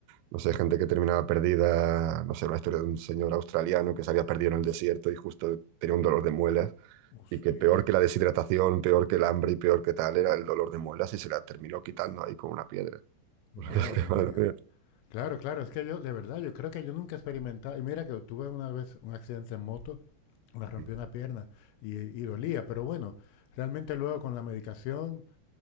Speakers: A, on the right; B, on the left.
A: no sé, gente que terminaba perdida, no sé, la historia de un señor australiano que se había perdido en el desierto y justo tenía un dolor de muelas
B: Hostia,
A: Y que peor que la deshidratación, peor que el hambre y peor que tal era el dolor de muelas y se la terminó quitando ahí con una piedra. <laughs>
B: madre
A: Porque es que, madre
B: mía.
A: mía.
B: Claro, claro, es que yo, de verdad, yo creo que yo nunca he experimentado. Y mira que tuve una vez un accidente en moto, me rompí
A: Mm.
B: una pierna y, y dolía, pero bueno, realmente luego con la medicación